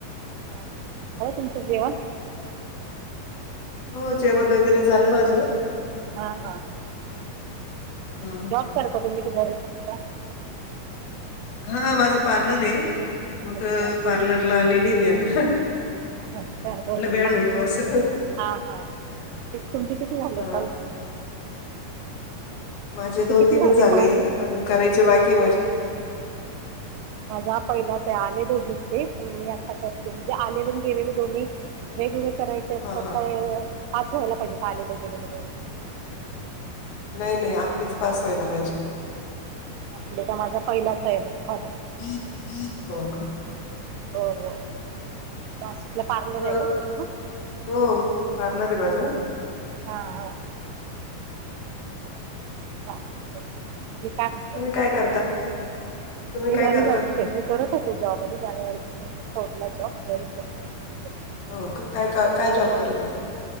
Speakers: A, on the right; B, on the left.
A: हा हा झालं तुमचं जेवण.
B: हो जेवण वगैरे झालं माझं.
A: हा हा
B: हा
A: वाक करता तुम्ही काय घरीच असता
B: हा माझं पार्लर आहे मग
A: अच्छा हां
B: पार्लरला आलेली आहे मी आता
A: अच्छा हो
B: वेळ
A: का
B: होतो असं
A: हा हा तुमचे किती झाले
B: हा
A: कॉल.
B: माझे
A: तुमचे
B: दोन
A: किती
B: तीनच झाले
A: कॉल
B: अजून करायचे बाकी आहे माझे
A: माझाा पहिलाच आहे आले दोघींचे पण मी आता करते म्हणजे आलेले गेलेले दोन्ही. वेगवेगळे करायचे असतात
B: हा हा
A: तर पाच व्हायला पाहिजे आलेले गेलेलेे.
B: नाही नाही आपलेच पाच व्हायला पाहिजे
A: आपलं तर माझा पहिलाच आहे मग मला
B: हो का
A: हो हो नाशिकला पार्लर
B: मग
A: आहे का तुमचं मग
B: हो पार्लर आहे माझं
A: हा हा चालेल आणि काय म्हणतय
B: तुम्ही
A: बाकी,
B: करता
A: काय
B: तुम्ही
A: मी
B: काय
A: घरीच
B: करता
A: असते, म करत होते जॉबमध्येध जानेवारीपासून सोडला जॉब घ रीच असते. आता मी सध्या
B: हो का काय का काय जॉब
A: हो
B: करत होते.